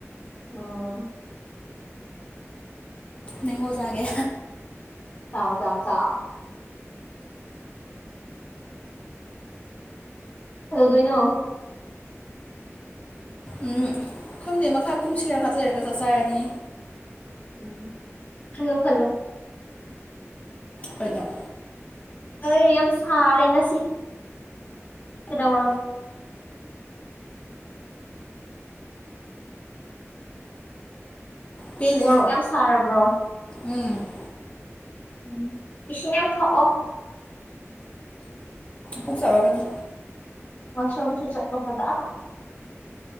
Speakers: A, on the left; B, on the left.
A: ꯑꯣ
B: ꯃꯦꯡꯒꯣ ꯆꯥꯒꯦ
A: ꯆꯥꯎ ꯆꯥꯎ ꯆꯥꯎ ꯀꯧꯗꯧꯗꯣꯏꯅꯣ
B: ꯎꯝ ꯈꯪꯗꯦ ꯃꯈꯥ ꯀꯨꯝꯁꯤꯔꯥ ꯉꯥꯛꯇꯪ ꯂꯩꯔꯥ ꯆꯥꯛ ꯆꯔꯅꯤ
A: ꯎꯝ ꯈꯂꯣ ꯈꯂꯣ
B: ꯍꯣꯏꯅꯣ
A: ꯍꯣꯏ ꯌꯥꯝ ꯁꯥꯔꯦ ꯉꯁꯤ ꯀꯩꯗꯧꯔꯝ
B: ꯄꯦꯜꯂꯦꯍꯦ
A: ꯃꯣꯔꯣꯛ ꯌꯥꯝ ꯁꯥꯔꯕ꯭ꯔꯣ
B: ꯎꯝ
A: ꯎꯝ ꯏꯁꯤꯡ ꯌꯥꯝ ꯊꯣꯛꯑꯣ
B: ꯄꯨꯛ ꯆꯥꯛꯂꯥꯛꯀꯅꯤ
A: <unintelligible> ꯆꯠꯄ ꯐꯖꯅꯥ